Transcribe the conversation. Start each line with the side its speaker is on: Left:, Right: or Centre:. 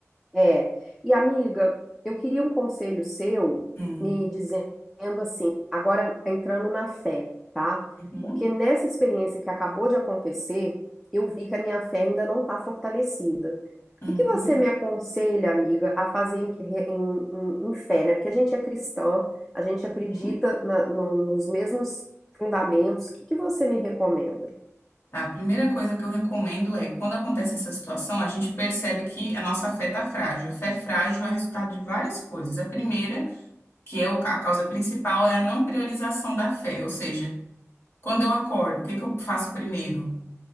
Centre: É. E amiga, eu queria um conselho seu
Left: Hum,
Centre: me dizendo assim, agora entrando na fé, tá?
Left: uhum,
Centre: Porque nessa experiência que acabou de acontecer, eu vi que a minha fé ainda não está fortalecida. O
Left: uhum,
Centre: que que você me aconselha, amiga, a fazer em, em- em- em fé, né? Porque a gente é cristã, a gente acredita
Left: uhum.
Centre: na- no- nos mesmos fundamentos. O que que você me recomenda?
Left: Tá, a primeira coisa que eu recomendo é, quando acontece essa situação, a gente percebe que a nossa fé tá frágil. A fé frágil é resultado de várias coisas. A primeira, que é o ca- a causa principal, é a não priorização da fé. Ou seja, quando eu acordo, o que que eu faço primeiro?